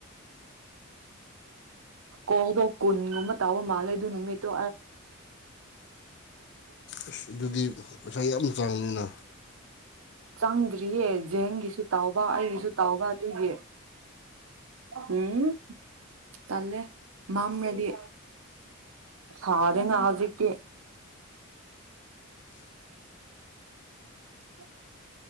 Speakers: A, on the right; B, on the left.
A: ꯎ ꯎꯝ ꯀꯣꯗꯣ ꯀꯨꯟꯒꯃ ꯇꯥꯕ ꯃꯥꯂ ꯑꯗꯨ ꯅꯅꯨꯡꯃꯤꯃꯦꯠꯇꯣ ꯎꯝ
B: ꯑꯁ ꯑꯗꯨꯗꯤ ꯄꯩꯁꯥ ꯌꯥꯝ ꯆꯥꯡꯅꯤꯅ
A: ꯆꯪꯗ꯭ꯔꯤꯌꯦ ꯖꯦꯟꯒꯤꯁꯨ ꯇꯥꯎꯕ ꯑꯩꯒꯤꯁꯨ ꯇꯥꯎꯕ ꯑꯗꯨꯒꯤ ꯎꯝ ꯇꯜꯂꯦ ꯃꯥꯝꯗꯤ ꯁꯥꯔꯅ ꯍꯧꯖꯤꯛꯇ ꯎ <unintelligible>